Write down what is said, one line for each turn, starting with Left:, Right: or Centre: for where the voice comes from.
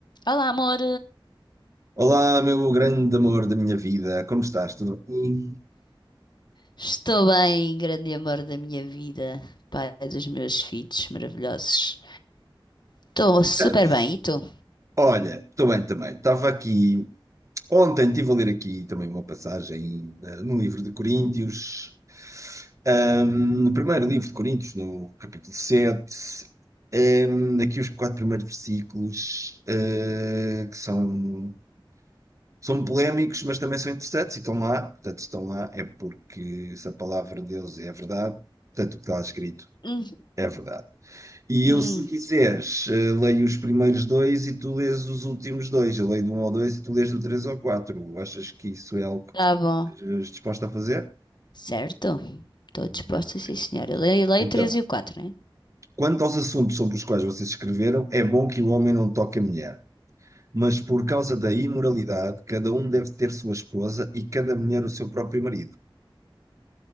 Left: Olá, amor.
Right: Olá, meu grande amor da minha vida, como estás? Tudo bem?
Left: Estou bem, grande amor da minha vida, pai dos meus filhos maravilhosos. Estou super
Right: Certo.
Left: bem, e tu?
Right: Olha, estou bem também. Estava aqui, ontem estive a ler aqui também uma passagem eh, no livro de Coríntios, Ahm, no primeiro livro de Coríntios, no capítulo 7, ahm, aqui os quatro primeiros versículos, eh, que são, são polémicos, mas também são interessantes e estão lá. Portanto, se estão lá é porque se a palavra de Deus é a verdade, portanto, o que está lá escrito
Left: Hum,
Right: é a verdade. E
Left: hum,
Right: eu, se quiseres, eh, leio os primeiros dois e tu lês os últimos dois. Eu leio do um ao dois e tu lês do três ao quatro. Achas que isso é algo que
Left: tá bom.
Right: estejas disposto a fazer?
Left: Certo? Estou disposta,
Right: Muito.
Left: sim, senhora. Lei, lei
Right: Então,
Left: 3 e o 4, né?
Right: quanto aos assuntos sobre os quais vocês escreveram, é bom que o homem não toque a mulher. Mas por causa da imoralidade, cada um deve ter sua esposa e cada mulher o seu próprio marido.